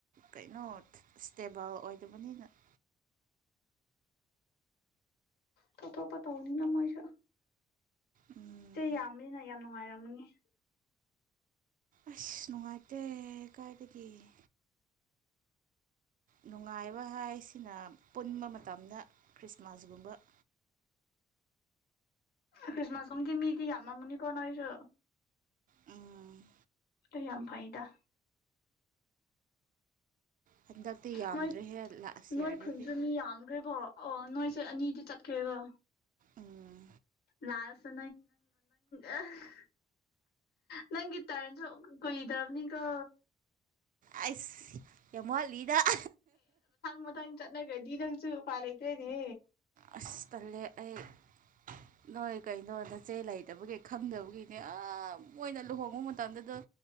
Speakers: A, on the right; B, on the left.
A: ꯀꯩꯅꯣ ꯁ꯭ꯇꯦꯕꯜ ꯑꯣꯏꯗꯕꯅꯤꯅ ꯫
B: ꯊꯣꯛ ꯊꯣꯛꯄ ꯇꯧꯅꯤꯅ ꯃꯣꯏꯁꯨ
A: ꯎꯝ
B: ꯌꯥꯝꯃꯅꯤꯅ ꯌꯥꯝ ꯅꯨꯡꯉꯥꯏꯔꯝꯃꯅꯤ ꯫
A: ꯑꯁ ꯅꯨꯡꯉꯥꯏꯇꯦ ꯀꯥꯏꯗꯒꯤ ꯫ ꯅꯨꯡꯉꯥꯏꯕ ꯍꯥꯏꯁꯤꯅ ꯄꯨꯟꯕ ꯃꯇꯝꯗ ꯀ꯭ꯔꯤꯁꯃꯥꯁ ꯒꯨꯝꯕ ꯫
B: ꯈ꯭ꯔꯤꯁꯃꯥꯁ ꯀꯨꯝꯗꯤ ꯃꯤꯗꯤ ꯌꯥꯝ ꯃꯝ ꯃꯅꯤꯀꯣ ꯅꯣꯏꯖꯨ
A: ꯎꯝ
B: ꯇꯨ ꯌꯥꯝ ꯐꯩꯗ
A: ꯍꯟꯗꯛꯇꯤ ꯌꯥꯝꯗ꯭ꯔꯦꯍꯦ
B: ꯃꯣꯏ
A: ꯂꯥꯁ
B: ꯅꯣꯏ
A: ꯌꯥꯔꯗꯗꯤ
B: ꯈꯨꯟꯖꯨ ꯃꯤ ꯌꯥꯝꯒ꯭ꯔꯦꯀꯣ ꯑꯣ ꯅꯣꯏꯁꯦ ꯑꯅꯤꯗꯤ ꯆꯠꯈ꯭ꯔꯦꯒꯣ
A: ꯎꯝ
B: ꯂꯥꯁ <unintelligible> ꯅꯪ ꯒꯤ ꯇꯔꯟ ꯖꯣ ꯀꯨꯏꯗ꯭ꯔꯝꯅꯤꯀꯣ
A: ꯑꯩꯁ ꯌꯥꯝ ꯋꯥꯠꯂꯤꯗ <unintelligible>
B: ꯃꯗꯪ ꯆꯠꯅꯒ꯭ꯔꯗꯤ ꯅꯪꯖꯨ ꯎꯄꯥꯏ ꯂꯩꯇ꯭ꯔꯦꯅꯦ
A: ꯑꯁ ꯇꯜꯂꯦ ꯑꯩ ꯫ ꯅꯣꯏ ꯀꯩꯅꯣ ꯅꯆꯦ ꯂꯩꯇꯕꯒꯤ ꯈꯪꯗꯕꯒꯤꯅꯦ ꯑꯥ ꯃꯣꯏꯅ ꯂꯨꯍꯣꯡꯕ ꯃꯇꯝꯗꯗꯣ